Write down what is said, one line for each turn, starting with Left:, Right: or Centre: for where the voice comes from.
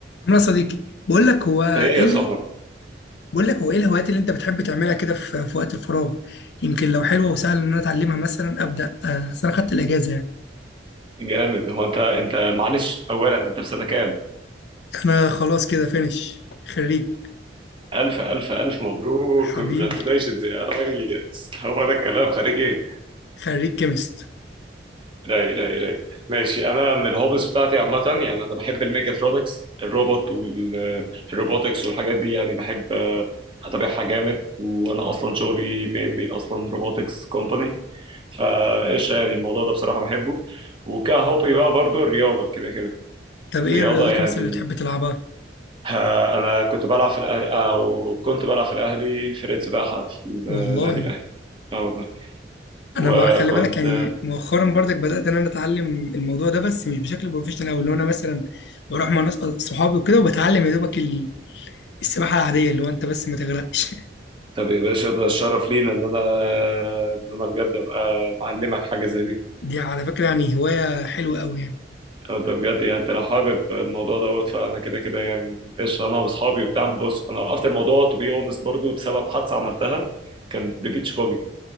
Left: عمرو يا صديقي بقول لك هو ايه
Right: ايه يا
Left: ال...
Right: صاحبي
Left: بقول لك هو ايه الهوايات اللي انت بتحب تعملها كده في... في وقت الفراغ يمكن لو حلوه وسهل ان انا اتعلمها مثلا ابدا آه، اصل انا خدت الاجازه يعني
Right: جامد هو انت انت معلش اولا انت في سنه كام
Left: انا خلاص كده فينش خريج
Right: الف الف الف مبروك
Left: حبيبي
Right: كونجراتيليشنز يا ريس هو ده الكلام خارج ايه
Left: خريج كيمست
Right: راي راي راي ماشي انا من الهوبز بتاعتي عامه يعني انا بحب الميكاترونكس الروبوت والروبوتكس والحاجات دي يعني بحب آه، اتابعها جامد وانا اصلا شغلي مينلي اصلا روبوتكس كومباني فايش يعني الموضوع ده بصراحه بحبه وكهوبي بقى برضو الرياضه كده كده
Left: طب ايه
Right: الرياضه
Left: الرياضات
Right: يعني
Left: مثلا اللي بتحب تلعبها
Right: ها، انا كنت بلعب في الأهلي او كنت بلعب في الاهلي فرقه سباحه في النادي
Left: والله
Right: الاهلي اه والله وكنت
Left: انا بقى خلي بالك يعني مؤخرا برضك بدات ان انا اتعلم الموضوع ده بس مش بشكل بروفيشنال او اللي هو انا مثلا بروح مع ناس آه، صحابي وكده وبتعلم يا دوبك ال- السباحه العاديه اللي هو انت بس ما تغرقش
Right: طب يا باشا ده الشرف لينا ان انا ان انا بجد ابقى معلمك حاجه زي دي
Left: دي على فكرة يعني هواية حلوة قوي يعني
Right: أو ده بجد يعني انت لو حابب الموضوع دوت فانا كده كده يعني ايش انا واصحابي وبتاع بص انا وقفت الموضوع تو بي اونست برضه بسبب حادثه عملتها كان ببيتش باجي